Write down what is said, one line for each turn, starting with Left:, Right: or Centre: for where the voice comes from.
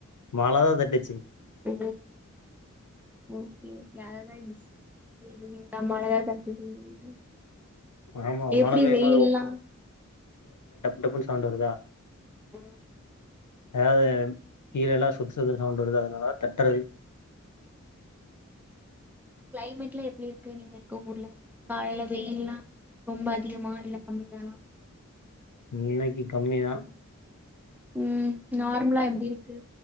Left: மழதா தட்டுச்சு
Centre: ஓ ஓகே ஓகே அதத இப்டி ச் சொல்லிட்ருக்க த மழத தட்டுச்சு செல்லிடு
Left: ஆமா
Centre: எப்டி
Left: மழ பெய்யும்
Centre: வெயில்லா
Left: டபுல் சவுண்டு வருதா
Centre: உம்
Left: அதாவது கீழே எல்லா சுத்து சுத்து சவுண்ட் வருது அதனால தட்டுறது
Centre: கிளைமேட் எல்லா எப்படி இருக்கு நீங்க இருக்க ஊர்ல காலையில வெயில்லா ரொம்ப அதிகமா இல்ல கம்மிதானா
Left: இன்னைக்கு கம்மிதா
Centre: உம் நார்மலா எப்படி இருக்கு